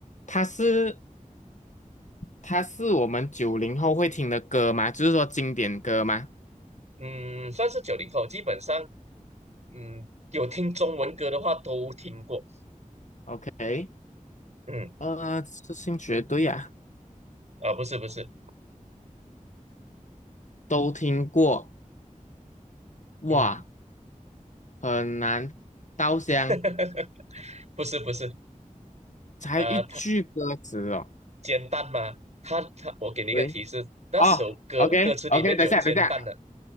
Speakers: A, on the left; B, on the right.
A: 它是它是我们九零后会听的歌吗？就是说经典歌吗
B: 嗯，算是九零后，基本上，嗯，有听中文歌的话都听过，
A: ？OK，
B: 嗯，
A: 呃，这兴绝对啊，
B: 啊，不是不是，
A: 都听过，哇。
B: 嗯，
A: 很难稻香，
B: <laughs> 不是不是，
A: 才一句歌词哦。
B: 啊，它煎蛋吗？它它，我给你一个提示，
A: 喂，
B: 那首歌歌词里面有煎蛋的，
A: 哦，OK OK，等一下等一下